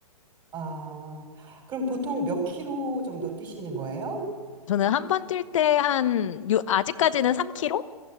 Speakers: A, on the right (about 25°); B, on the left (about 55°).
A: 아, 그럼 보통 몇 킬로 정도 뛰시는 거예요?
B: 저는 한 번 뛸 때 한, 유- 아직까지는 3km